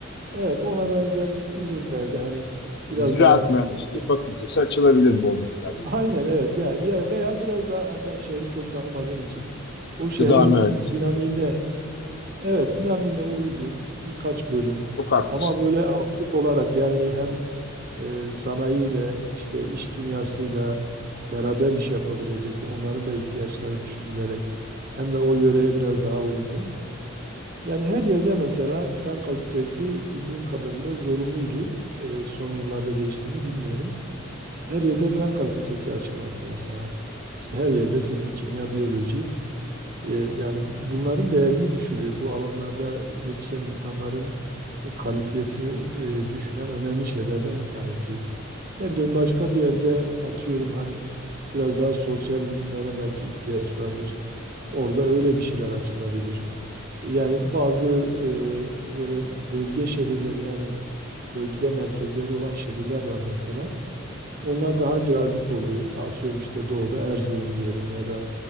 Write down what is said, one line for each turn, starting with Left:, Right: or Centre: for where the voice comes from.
Right: evet ona benzer ürünlerde hani biraz
Left: Ziraat
Right: daha
Left: Mühendisliği
Right: bir-
Left: Fakültesi açılabilir bu miktarda
Right: aynen
Left: diyor.
Right: evet ya ya veya biraz daha yani ben şehri çok tanımadığım için o şehrin
Left: Gıda Mühendisliği
Right: dinamiğine
Left: Fakültesi.
Right: evet dinamiğine uygun birkaç bölüm
Left: Çok haklısınız.
Right: ama böyle aktif olarak yani hem e, sanayiyle işte iş dünyasıyla beraber iş yapabilecek onların da ihtiyaçları düşünülerek hem de o yöreye biraz daha uygun. Yani her yerde mesela Fen Fakültesi bildiğim kadarıyla zorunluydu. Ee, son yıllarda değişti mi bilmiyorum. Her yerde Fen Fakültesi açılması mesela. İşte her yerde fizik, kimya, biyoloji. Ee, yani bunların değerini düşürüyor. Bu alanlarda yetişen insanların e, kalifiyesini e, düşüren önemli şeylerden bir tanesi. Ne bileyim başka bir yerde atıyorum hani biraz daha sosyal bilimlere belki ihtiyaç vardır. Orada öyle bir şeyler açılabilir. Yani bazı e, böyle bölge şehirleri yani bölge merkezleri olan şehirler var mesela. Onlar daha cazip oluyor. Atıyorum işte doğuda Erzurum diyelim ya da